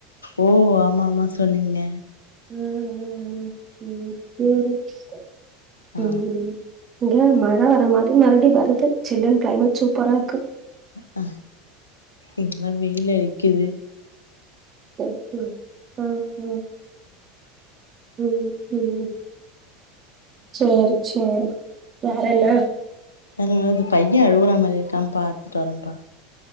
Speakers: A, on the left; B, on the right.
A: ஓ ஆமா ஆமா சொன்னீங்க
B: ம் ம் ம் ம் செரி ம்
A: ஆ
B: ம் இங்க மழ வர மாதிரி மறுபடியூ வருது சில்லனு கிளைமேட் சூப்பரா இருக்கு
A: ஹ இங்கல்லா வெயில் அடிக்குது
B: ஓகே ஆ ம் ம் ம் சேர் சேரி வேறன்ன
A: அம் அது பையன் அழுவுற மாதிரி இருக்கான் பாரத்துட்டு வரேம்பா